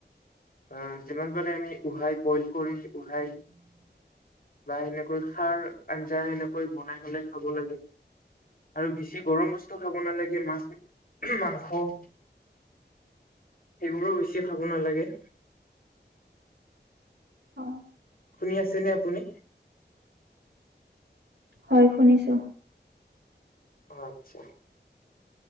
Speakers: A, on the left; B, on the right.
A: অ যিমান পাৰি আমি উহাই বইল কৰি উহাই বা এনেকৈ খাৰ আঞ্জা এনেকৈ বনাই পেলাই খাব লাগে। আৰু বেছি গৰম বস্তু খাব নালাগে মাছ মাংস৷ সেইবোৰো বেছি খাব নালাগে।
B: অ
A: শুনি আছেনে আপুনি?
B: হয় শুনিছো।
A: আচ্ছা